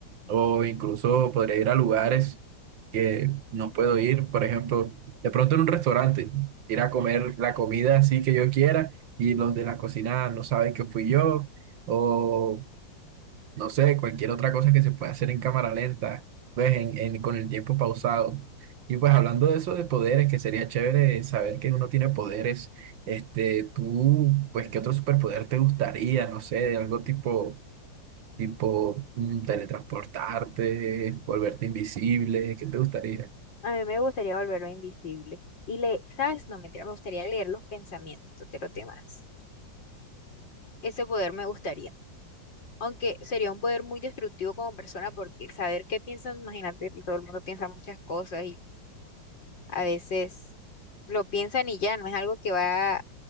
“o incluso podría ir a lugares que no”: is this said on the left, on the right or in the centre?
Right